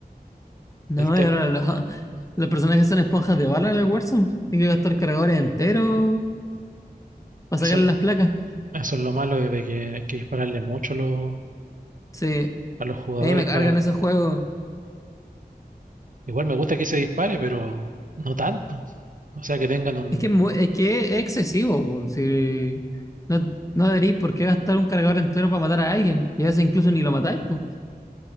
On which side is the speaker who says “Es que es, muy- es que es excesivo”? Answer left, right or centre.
Left